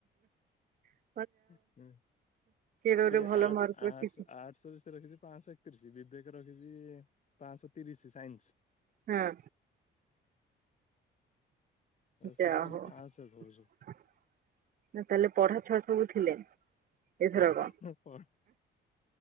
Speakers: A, on the right (about 45°); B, on the left (about 35°).
A: ହ
B: ହଁ
A: ଗୋଟେ
B: ସେ
A: ଭଲ
B: ଆଠ
A: ମାର୍କ ରଖିଛି
B: ଆଠ ଆଠଶହ ସେ ରଖିଛି ପାଞ୍ଚଶହ। ତଥି ସେ ବି <unintelligible> ରଖିଛି ପାଶ। ତିରିଶ ସାଇନ୍ସ।
A: ହଁ
B: ସବୁ
A: ଯାହୋ
B: ଖାଲି ପାଁଶହ ସବୁ ସବୁ।
A: ତାହେଲେ ପଢା ଛୁଆ ସବୁ ଥିଲେ। ଏଥରକ।
B: ହ ପ